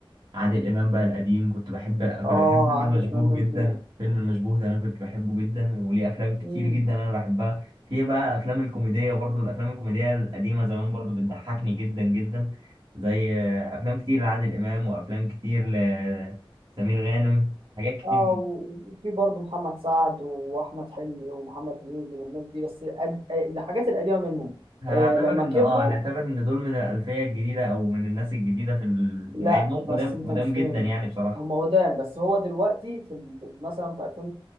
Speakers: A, on the right; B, on the right.
A: عادل إمام بقى القديم كنت بحب كنت
B: اه
A: بحب فيلم المشبوه
B: عادل امام جامد
A: جدا
B: موت
A: فيلم المشبوه ده أنا كنت بحبه جدا وليه أفلام كتير
B: مم.
A: جدا أنا بحبها في بقى الأفلام الكوميدية برضه الأفلام الكوميدية القديمة زمان برضه بتضحكني جدا جدا زي آه، أفلام كتير لعادل إمام وأفلام كتير لسمير غانم حاجات كتير
B: اه
A: جدا.
B: وفي برضه محمد سعد واحمد حلمي ومحمد هنيدي والناس دي بس أد... آه، الحاجات القديمه منهم
A: هنعتبر
B: آه لما
A: ان
B: كبروا
A: اه هنعتبر ان دول من الالفيه الجديده او من الناس الجديده في ال...
B: لا
A: مع انهم
B: بس
A: قدام
B: انت
A: قدام
B: مش فاهمني
A: جدا يعني بصراحه
B: هم قدام بس هو دلوقتي في ال- في- مثلا في 2000